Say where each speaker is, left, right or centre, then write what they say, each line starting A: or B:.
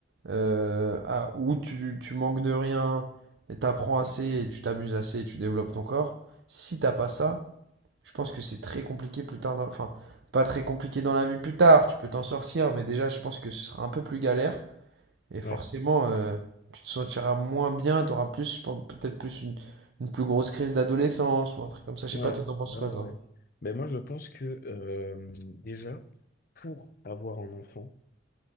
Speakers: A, on the right; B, on the left.
A: euh, à- où tu, tu manques de rien, et t'apprends assez, et tu t'amuses assez, et tu développes ton corps, si t'as pas ça, je pense que c'est très compliqué plus tard dans... Enfin, pas très compliqué dans la vie plus tard, tu peux t'en sortir, mais déjà, je pense que ce sera un peu plus galère. Et forcément,
B: ouais.
A: euh, tu te sentiras moins bien, t'auras plus, je pense, peut-être plus une, une plus grosse crise d'adolescence ou un truc comme ça. Je sais
B: Ouais,
A: pas, toi, t'en penses
B: ouais,
A: quoi,
B: ouais.
A: toi?
B: Mais moi, je pense que euh, déjà, pour avoir un enfant,